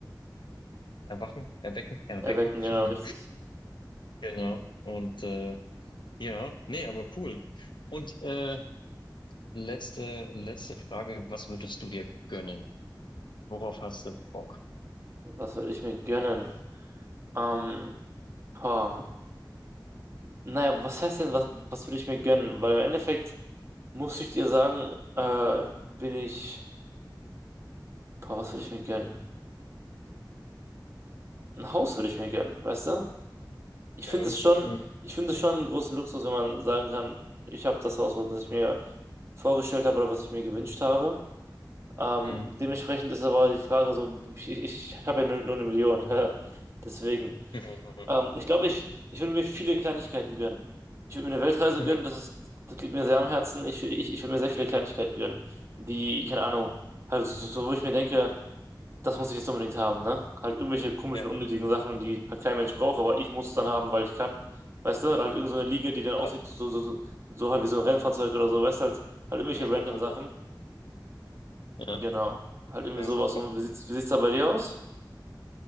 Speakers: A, on the left; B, on the right.
A: erwachen, erwecken, erwecken.
B: Erwecken, genau,
A: <laughs>
B: richtig.
A: Genau. Und äh, ja, nee, aber cool. Und äh, letzte, letzte Frage, was würdest du dir gönnen? Worauf hast du Bock?
B: Was würde ich mir gönnen? Ähm, boah. Naja, was heißt denn, was, was würde ich mir gönnen? Weil im Endeffekt muss ich dir sagen, äh, bin ich, boah, was würde ich mir gönnen? Ein Haus würde ich mir gönnen, weißt du? Ich
A: Mhm.
B: finde es schon,
A: Mhm.
B: ich finde es schon einen großen Luxus, wenn man sagen kann, ich habe das Haus, was, was ich mir vorgestellt habe oder was ich mir gewünscht habe. Ähm,
A: Mhm.
B: dementsprechend ist aber die Frage so, ich, ich, ich habe ja nur, nur eine Million, <laughs> deswegen.
A: Mhm.
B: Ähm, ich glaube, ich, ich würde mir viele Kleinigkeiten gönnen. Ich würde mir eine Weltreise
A: Mhm.
B: gönnen,
A: Mhm.
B: das ist, das liegt mir sehr am Herzen. Ich, ich, ich würde mir sehr viele Kleinigkeiten
A: Ja,
B: gönnen, die, keine Ahnung, halt so, so, wo ich mir denke, das muss ich jetzt unbedingt haben, ne? Halt irgendwelche komischen,
A: ja,
B: unnötigen Sachen, die halt kein Mensch braucht, aber ich muss es dann haben, weil ich kann. Weißt du, halt irgend so eine Liege, die dann aussieht,
A: klar.
B: so, so, so, so halt wie so ein Rennfahrzeug oder so, weißt du, halt, halt irgendwelche
A: <laughs>
B: random Sachen.
A: Ja.
B: Genau. Halt irgendwie
A: Ja,
B: sowas.
A: super.
B: Und wie sieht's, wie sieht's da bei dir aus?